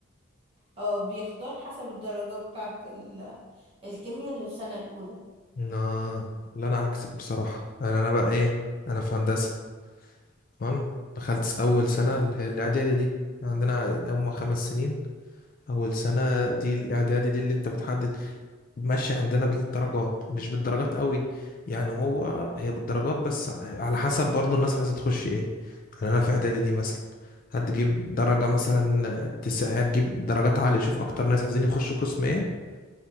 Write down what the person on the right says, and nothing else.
اه بيختار حسب الدرجة بتاعة ال... الكيمياء اللي في سنة الأولى